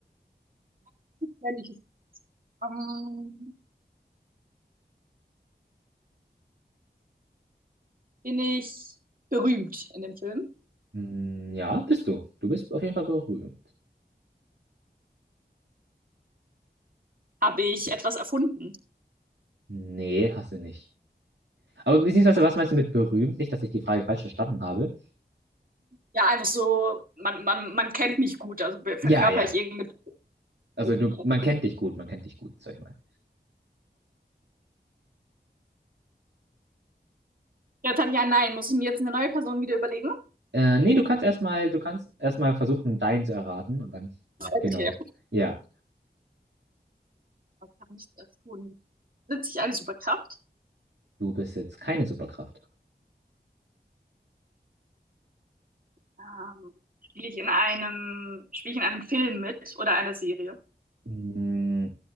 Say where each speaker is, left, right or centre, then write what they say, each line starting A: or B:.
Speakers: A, on the right; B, on the right.
A: wenn ich es ähm, bin ich berühmt in dem Film?
B: Hm, Ja, bist du. Du bist auf jeden Fall berühmt.
A: Habe ich etwas erfunden?
B: Nee, hast du nicht. Aber beziehungsweise, was meinst du mit berühmt? Nicht, dass ich die Frage falsch verstanden habe.
A: Ja, einfach so, man, man, man kennt mich gut, also be- verkörper
B: Ja, ja.
A: ich irgendeine Person, die
B: Also
A: man
B: du,
A: kennt.
B: man kennt
A: Okay.
B: dich gut, man kennt dich gut, sag ich mal.
A: Jetzt hatte ich ein Nein. Muss ich mir jetzt eine neue Person wieder überlegen?
B: Äh, nee, du kannst erstmal, du kannst erstmal versuchen, deinen zu erraten und dann,
A: Okay.
B: genau. Ja,
A: Was habe ich erfunden? Besitze ich eine Superkraft?
B: du besitzt keine Superkraft.
A: Ähm, spiele ich in einem, spiele ich in einem Film mit oder einer Serie?
B: Mm,